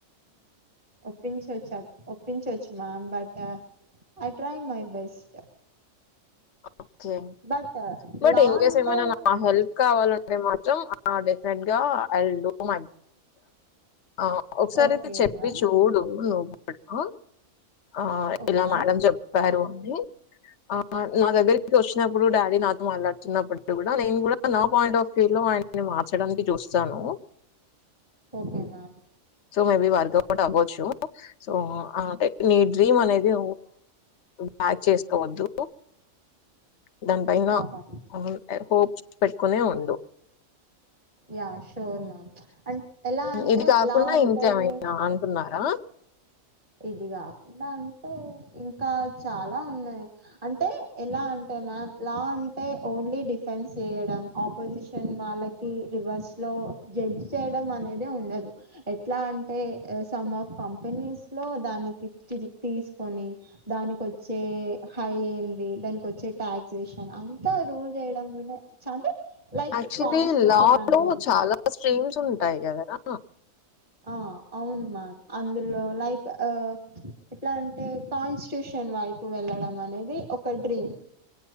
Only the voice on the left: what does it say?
okay
but
in case
ఏమైనా నా హెల్ప్ కావాలంటే మ డెఫినెట్ గా ఐ విల్ డు మై ఆ ఒకసారి
అయితే చెప్పి
చూడు నువ్వు కూడా ఆ
ఇలా
మేడం చెప్తారు అని అ నా దగ్గరి వచ్చినప్పుడు డాడీ నాతో మాట్లాడుతున్నప్పుడు కూడా నేను కూడా నా పాయింట్ ఆఫ్ వ్యూ లో ఆయనీ మార్చడానికి చూస్తాను
so maybe work out అవ్వచ్చు సో అంటే నీ డ్రీమ్ అనేది బ్యాక్ చేసుకోవద్దు దానిపైైన
ఐ హోప్ పెట్టుకునే ఉండు
ఇది కాకుండా
ఇంకెమైనా అంటున్నా ఆ
యాక్చువల్గ
లా
లో, చాలా స్ట్రీమ్స్ ఉంటాయి కదరా?